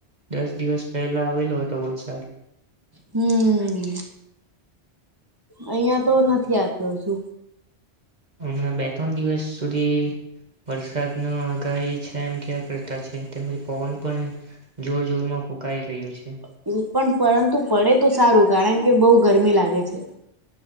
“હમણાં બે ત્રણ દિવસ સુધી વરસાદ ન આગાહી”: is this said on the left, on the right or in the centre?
Right